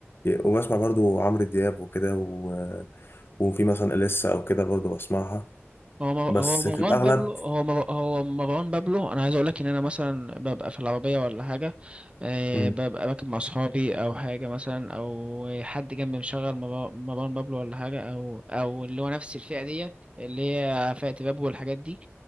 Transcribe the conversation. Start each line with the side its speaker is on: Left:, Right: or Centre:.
Left: وبسمع برضه عمرو دياب وكده و... وفي مثلا اليسا او كده برضه بسمعها
Right: هو مر-
Left: بس
Right: هو مروان
Left: في الاغلب
Right: بابلو هو مر- هو مروان بابلو انا عايز اقول لك ان انا مثلا ببقى في العربيه ولا حاجه آه،
Left: مم.
Right: ببقى راكب مع اصحابي او حاجه مثلا او حد جنبي مشغل مرا- مروان بابلو ولا حاجه او او اللي هو نفس الفئه ديت اللي هي فئه بابلو والحاجات دي